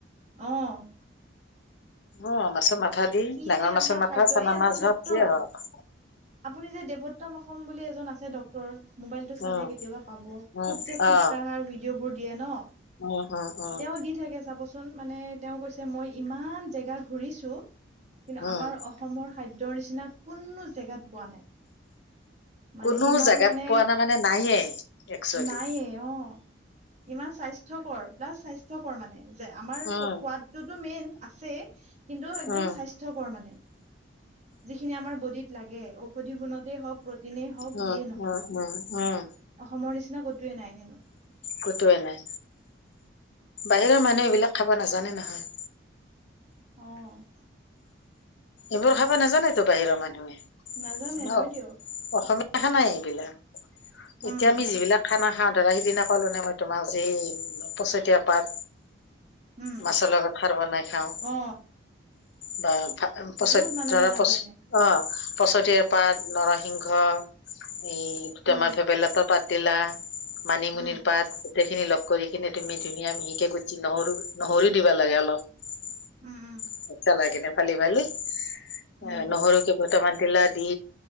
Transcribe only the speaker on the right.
অ'।
কি
যে
আমাৰ
খাদ্য
এই এজন
ডক্তৰ
আপুনি যে দেৱত্তম অসম বুলি এজন আছে দক কৰ, মোবাইলটো চালে
কেতিয়াবা পাব। খুব
যে খোজ
কঢ়াৰ ভিডিঅ'বোৰ দিয়ে ন'
তেওঁ দি থাকে চাবচোন মানে তেওঁ কৈছে মই ইমান জেগা ঘুৰিছোঁ কিন্তু
আমাৰ অস অসমৰ খাদ্যৰ নিচিনা কোনো জেগাত পোৱা নাই। মানে
ইমান
মানে
নায়ে অ', ইমান স্বাস্থ্যকৰ প্লাছ স্বাস্থ্যকৰ মানে যে আমাৰ
সোৱাদ টোতো মেইন আছে কিন্তু একম
স্বাস্থ কৰ মানে যিখিনি আমাৰ বডিত লাগে, ঔষধি গুণতেই হওক এনেই হওঁক,
যিয়েই নহওঁক
অসমৰ নিচিনা ক'তোৱে নাই হেনো।
হেনো
অ'।
নাজানে
হয়
দিয়ক।
উম
উম
অ
বহুত মানুহে
নাজানে
উম
উম
উম উম
উম